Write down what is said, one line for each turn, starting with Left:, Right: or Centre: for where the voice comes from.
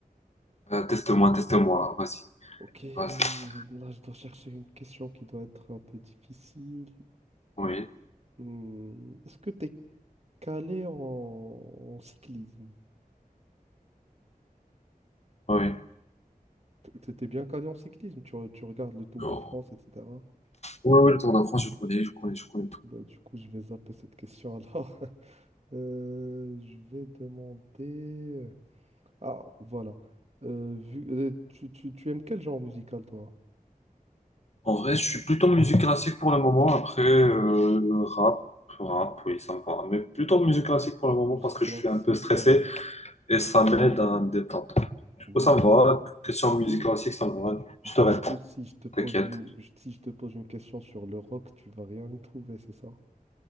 Left: euh, Teste-moi, teste-moi. Vas-y,
Right: Ok, là
Left: vas-y.
Right: je dois chercher une question qui doit être un peu difficile.
Left: Oui,
Right: Hmm, Est-ce que tu es calé en, en cyclisme?
Left: oui.
Right: Tu étais bien calé en cyclisme, tu, re- tu regardes le Tour
Left: Non.
Right: de France, etc.
Left: Oui, oui, le Tour de France, je connais, je connais, je connais.
Right: Bah, du coup, je vais zapper cette question alors. <laughs> Euh, je vais demander... euh, Ah, voilà. Euh, vu, euh, tu, tu- tu aimes quel genre musical, toi?
Left: En vrai, je suis plutôt musique classique pour le moment. Après, euh, rap, rap, oui, ça me va. Mais plutôt musique classique pour le moment
Right: Musique
Left: parce que
Right: classique
Left: je suis un peu stressé
Right: et rap.
Left: et ça m'aide à me détendre. Du
Right: Donc,
Left: coup, ça me va. Question
Right: du
Left: de
Right: coup,
Left: musique classique, ça me va. Je
Right: Du
Left: te réponds,
Right: coup, si je te pose
Left: t'inquiète.
Right: une, si je te pose une question sur le rock, tu vas rien y trouver, c'est ça?